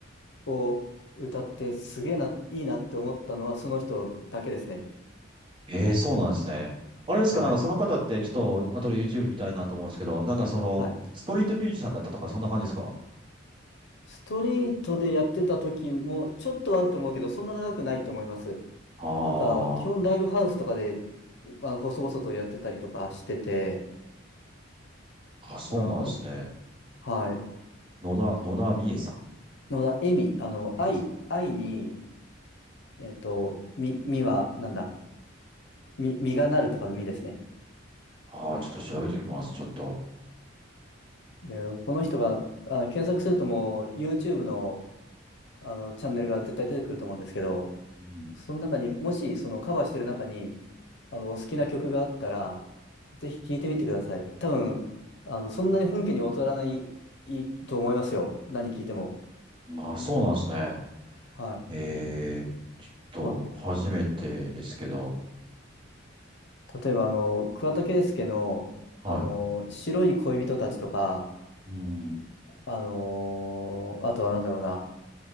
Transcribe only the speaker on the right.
ええ、そうなんですね。あれですか、
なんかその方って、ちょっと、後で YouTube 見たいなと思うんですけど、なんかその、
ストリートミュージシャンだったとか、そんな感じですか
ああ
ー、あ、そうなんですね。
野田、野田美恵さ
ん。
恵美さん。
ああ、ちょっと調べておきます、ちょっと。
うん。
まあ、そうなんですね。
ええ、ちょっ
と、初めてですけど。
はい。
うん。